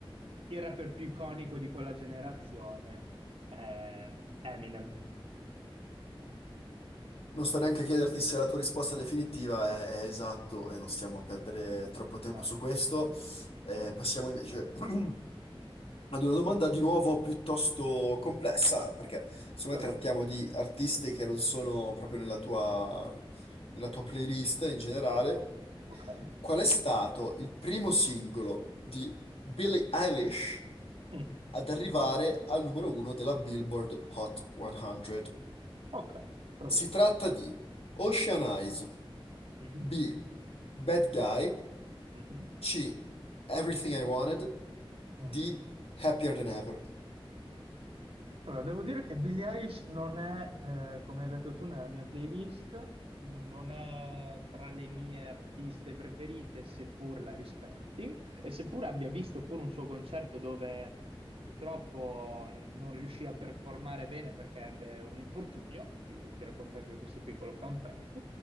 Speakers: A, on the right; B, on the left.
A: il rapper più iconico di quella generazione, è Eminem.
B: Non sto neanche a chiederti se la tua risposta definitiva è, è esatto e non stiamo a perdere troppo tempo
A: Ehm,
B: su questo. Eh, passiamo invece <clears throat> Ad una domanda di nuovo piuttosto complessa, perché secondo
A: Proviamo.
B: me trattiamo di artisti che non sono proprio nella tua, nella tua playlist in generale.
A: Ok.
B: Qual è stato il primo singolo di Billie Eilish
A: Mm.
B: ad arrivare al numero uno della Billboard Hot 100?
A: Ok, proviamo.
B: Si tratta di Ocean Eyes,
A: Mhm.
B: B. Bad Guy,
A: Mhm.
B: C. Everything I Wanted,
A: Mm.
B: D. Happier Than Ever.
A: Allora, devo dire che Billie Eilish non è, eh, come hai detto tu, nella mia playlist, non è tra le mie artiste preferite, seppur la rispetti, e seppur abbia visto pure un suo concerto dove purtroppo non, non riuscì a performare bene perché ebbe un infortunio, ti, ti racconto anche questo piccolo fun fact.